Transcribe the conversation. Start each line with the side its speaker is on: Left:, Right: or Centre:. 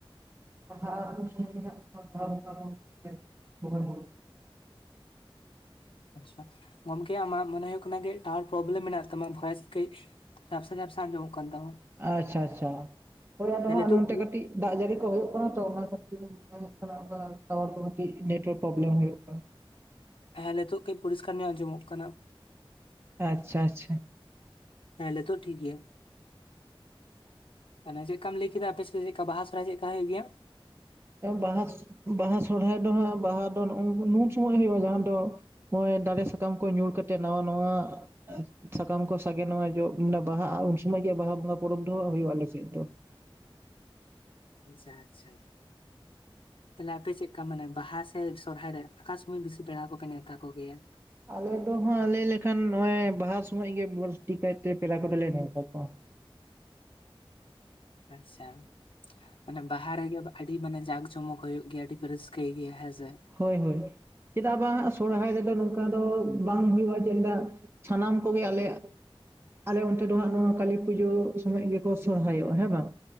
Right: ᱵᱟᱦᱟ <unintelligible> ᱵᱟᱦᱟ ᱵᱚᱸᱜᱟ
Left: ᱟᱪᱪᱷᱟ, ᱜᱚᱢᱠᱮ ᱟᱢᱟᱜ ᱢᱚᱱᱮ ᱦᱩᱭᱩᱜ ᱠᱟᱱᱟ ᱠᱟᱹᱡ ᱴᱟᱣᱟᱨ ᱯᱨᱚᱵᱞᱮᱢ ᱢᱮᱱᱟᱜ ᱛᱟᱢᱟ ᱵᱷᱚᱭᱮᱥ ᱠᱟᱹᱡ ᱡᱷᱟᱯᱥᱟ ᱡᱷᱟᱯᱥᱟ ᱟᱸᱡᱚᱢᱚᱜ ᱠᱟᱱ ᱛᱟᱢᱟ᱾
Right: ᱟᱪᱪᱷᱟ ᱟᱪᱷᱟ, ᱦᱳᱭ ᱟᱫᱚ
Left: ᱦᱮᱸ
Right: ᱦᱟᱸᱜ
Left: ᱱᱤᱛᱚᱜ
Right: ᱱᱚᱱᱛᱮ ᱠᱟᱹᱴᱤᱡ ᱫᱟᱜ ᱡᱟᱹᱲᱤ ᱠᱚ ᱦᱩᱭᱩᱜ ᱠᱟᱱᱟ ᱛᱚ ᱚᱱᱟ ᱠᱷᱟᱹᱛᱤᱨ ᱢᱚᱱᱮ ᱦᱳᱭᱳᱜ ᱠᱟᱱᱟ ᱚᱝᱠᱟ ᱴᱟᱣᱟᱨ ᱠᱚ ᱠᱟᱹᱴᱤᱡ ᱱᱮᱴᱣᱟᱨᱠ ᱯᱨᱵᱽᱞᱮᱢ ᱦᱩᱭᱩᱜ ᱠᱟᱱᱟ᱾
Left: ᱦᱮᱸ ᱱᱤᱛᱳᱜ ᱠᱟᱹᱡ ᱯᱚᱨᱤᱥᱠᱟᱨ ᱧᱚᱜ ᱟᱸᱡᱚᱢᱚᱜ ᱠᱟᱱᱟ᱾
Right: ᱟᱪᱪᱷᱟ ᱟᱪᱪᱷᱟ
Left: ᱦᱮᱸ ᱞᱮᱛᱳᱜ ᱴᱷᱤᱠ ᱜᱮᱭᱟ᱾ ᱟᱱᱮ ᱪᱮᱠᱠᱟᱢ ᱞᱟᱹᱭ ᱠᱮᱫᱟ ᱟᱯᱮ ᱥᱮᱫ ᱪᱮᱜᱠᱟ ᱵᱟᱦᱟ ᱥᱚᱨᱦᱟᱭ ᱪᱮᱜᱠᱟ ᱦᱩᱭᱩᱜ ᱜᱮᱭᱟ?
Right: ᱵᱟᱦᱟᱥ, ᱵᱟᱦᱟ ᱥᱚᱲᱦᱟᱭ ᱰᱚ ᱦᱟᱸᱜ ᱵᱟᱦᱟ ᱫᱚ ᱱᱩᱱ ᱥᱚᱢᱚᱭ ᱦᱩᱭᱩᱜ-ᱟ ᱡᱟᱦᱟᱸ ᱫᱚ ᱱᱚᱜ-ᱚᱭ ᱰᱟᱞᱮ ᱥᱟᱠᱟᱢ ᱠᱚ ᱧᱩᱨ ᱠᱟᱛᱮᱜ ᱱᱟᱣᱟ ᱱᱟᱶᱟ ᱥᱟᱠᱟᱢ ᱠᱚ ᱥᱟᱜᱮᱱᱚᱜ-ᱟ ᱡᱚᱜ ᱢᱟᱱᱮ ᱵᱟᱦᱟᱜ-ᱟ ᱩᱱ ᱥᱩᱢᱟᱹᱭ ᱜᱮ ᱵᱟᱦᱟ ᱵᱚᱸᱜᱟ ᱯᱚᱨᱚᱵᱽ ᱰᱚ ᱦᱟᱸᱜ ᱦᱩᱭᱩᱜ-ᱟ ᱟᱞᱮ ᱥᱮᱫ ᱰᱚ᱾
Left: ᱟᱪᱪᱷᱟ ᱟᱪᱪᱷᱟ᱾ ᱛᱟᱦᱞᱮ ᱟᱯᱮ ᱪᱮᱜᱠᱟ ᱢᱟᱱᱮ ᱵᱟᱦᱟ ᱥᱮ ᱥᱚᱨᱦᱟᱭ ᱨᱮ ᱟᱠᱟ ᱥᱩᱢᱟᱹᱭ ᱵᱮᱥᱤ ᱯᱮᱲᱟ ᱠᱚᱯᱮ ᱱᱮᱣᱛᱟ ᱠᱚᱜᱮᱭᱟ?
Right: ᱟᱞᱮ ᱫᱚ ᱦᱟᱸᱜ ᱞᱮᱭ ᱞᱮᱠᱷᱟᱱ ᱱᱚᱜ-ᱚᱭ ᱵᱟᱦᱟ ᱥᱩᱢᱚᱡ ᱜᱮ ᱵᱟᱹᱲᱛᱤ ᱠᱟᱭᱛᱮ ᱯᱮᱲᱟ ᱠᱚᱫᱚ ᱞᱮ ᱱᱮᱣᱛᱟ ᱠᱚᱣᱟ᱾
Left: ᱟᱪᱪᱷᱟ ᱢᱟᱱᱮ ᱵᱟᱦᱟ ᱨᱮᱜᱮ ᱟᱹᱰᱤ ᱢᱟᱱᱮ ᱡᱟᱸᱠ ᱡᱚᱢᱚᱠ ᱦᱩᱭᱩᱜ ᱜᱮᱭᱟ ᱟᱹᱰᱤ ᱯᱮ ᱨᱟᱹᱥᱠᱟᱹᱭ ᱜᱮᱭᱟ ᱦᱮᱸᱥᱮ?
Right: ᱦᱳᱭ ᱦᱳᱭ, ᱪᱮᱫᱟᱜ ᱵᱟᱝ ᱦᱟᱸᱜ ᱥᱚᱨᱦᱟᱭ ᱨᱮᱫᱚ ᱱᱚᱝᱠᱟ ᱫᱚ ᱵᱟᱝ ᱦᱩᱭᱩᱜ-ᱟ ᱪᱮᱫᱟᱜ ᱥᱟᱱᱟᱢ ᱠᱚᱜᱮ ᱟᱞᱮᱭᱟᱜ ᱟᱞᱮ ᱚᱱᱛᱮ ᱰᱚ ᱦᱟᱸᱜ ᱱᱚᱣᱟ ᱠᱟᱹᱞᱤ ᱯᱩᱡᱟᱹ ᱥᱚᱢᱚᱭ ᱜᱮᱠᱚ ᱥᱚᱨᱦᱟᱭᱚᱜ-ᱟ ᱦᱮᱸ ᱵᱟᱝ